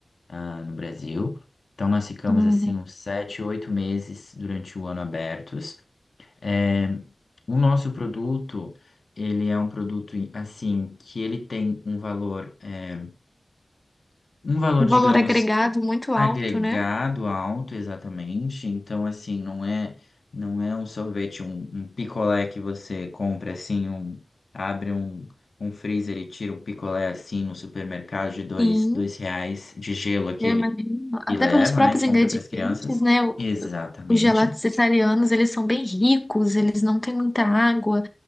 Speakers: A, on the left (about 65°); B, on the left (about 20°).
A: ah, no Brasil. Então, nós ficamos
B: uhum.
A: assim uns sete, oito meses durante o ano abertos. Eh, o nosso produto, ele é um produto assim que ele tem um valor, eh, um valor,
B: Um
A: digamos
B: valor agregado muito
A: agregado
B: alto, né?
A: alto, exatamente. Então, assim, não é não é um sorvete, um, um picolé que você compra assim, um, abre um, um freezer e tira um picolé assim no supermercado de dois,
B: Sim.
A: dois reais de gelo aquele
B: Eu imagino,
A: e
B: até
A: leva,
B: pelos próprios
A: né? e Compra
B: ingredientes,
A: para as crianças.
B: né? o-
A: Exatamente,
B: o- os gelatos italianos, eles são bem ricos, eles não têm muita água.